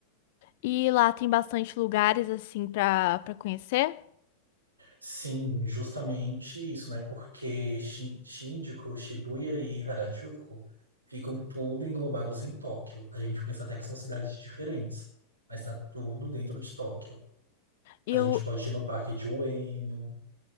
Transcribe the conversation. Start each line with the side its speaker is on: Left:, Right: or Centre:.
Left: E lá tem bastante lugares assim pra para conhecer.
Right: Sim, justamente isso, né? Porque Shi- Shinjuku, Shibuya e Harajuku ficam tudo englobados em Tóquio. A gente pensa até que são cidades diferentes, mas tá tudo dentro de Tóquio.
Left: Eu,
Right: A gente pode ir no parque de Ueno.